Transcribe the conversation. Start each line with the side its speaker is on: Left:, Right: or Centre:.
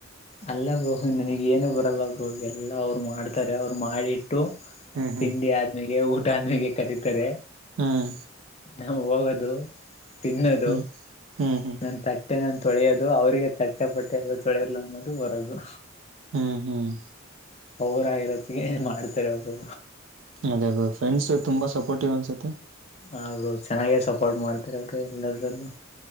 Left: ಅಲ್ಲ ಬ್ರೋ ನನಗ ಏನು ಬರಲ್ಲ ಬ್ರೋ ಎಲ್ಲಾ ಅವ್ರು ಮಾಡ್ತಾರೆ ಅವ್ರು ಮಾಡಿ ಟ್ಟು
Right: ಹ್ಮ್ ಹ್ಮ್
Left: ತಿಂಡಿ ಆದ್ಮಿಗೆ ಊಟ ಆದ್ಮಿಗೆ ಕರತಾರೆ
Right: ಹ್ಮ್
Left: ನಾವು ಹೋಗದು ತಿನ್ನೋದು
Right: ಹ್ಮ್ ಹ್ಮ್ ಹ್ಮ್
Left: ನನ್ ತಟ್ಟೆ ನಾನ್ ತೊಳೆಯೋದು ಅವ್ರಿಗೆ ತಟ್ಟೆ ಪಟ್ಟೆ ಎಲ್ಲ ತೊಳಿಯಲ್ಲ ಅನ್ನೋದು ಬರೋದು
Right: ಹ್ಮ್ ಹ್ಮ್
Left: ಅವ್ರಾಗಿರತ್ತಿಗೆ ಏನ್ ಮಾಡ್ತಾರೆ ಬ್ರೋ
Right: ಅದೇ ಬ್ರೋ ಫ್ರೆಂಡ್ಸ್ ತುಂಬಾ ಸಪೋರ್ಟಿವ್ ಅನ್ಸುತ್ತೆ
Left: ಆ ಬ್ರೋ ಚೆನ್ನಾಗೆ ಸಪೋರ್ಟ್ ಮಾಡ್ತಾರೆ ಅವರು ಎಲ್ಲದ್ರಲ್ಲೂ